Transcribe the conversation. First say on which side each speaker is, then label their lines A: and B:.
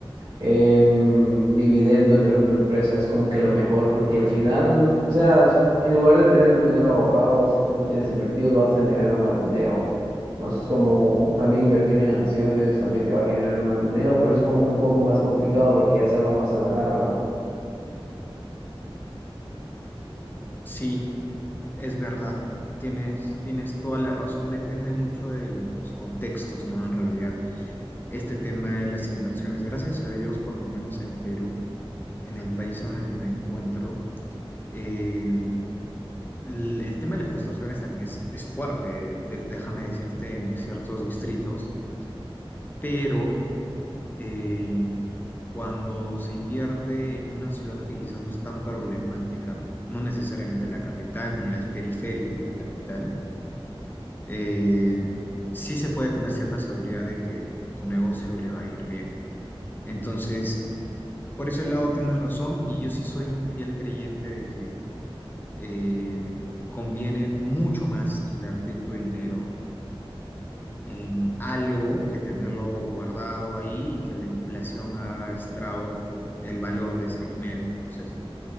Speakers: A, on the right (about 60°); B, on the left (about 20°).
A: em, dividendos de alguna empresa. Es como que lo mejor, porque al final, o sea, en lugar de tener tu dinero ahorrado, si tú lo tienes invertido, vas generando más dinero. O Es como también invertir en acciones, también te va generando más dinero, pero es como que un poco más complicado porque ya es algo más a la larga.
B: Sí. Es verdad, tienes, tienes toda la razón, depende mucho de los contextos, ¿no? En realidad, este tema de las inversiones, gracias a Dios, por lo menos en Perú, en el país en el que me encuentro, eh, el, el tema de las extorsiones también es, es fuerte, de- déjame decirte, en ciertos distritos, pero eh, cuando se invierte en una ciudad que quizás no es tan problemática, no necesariamente la capital ni las periferias de la capital, eh, sí se puede tener cierta seguridad de que tu negocio le va a ir bien. Entonces, por ese lado tienes razón y yo sí soy un fiel creyente de que eh, conviene mucho más invertir tu dinero en algo que tenerlo guardado ahí y que la inflación haga estragos con el valor de ese dinero. Entonces,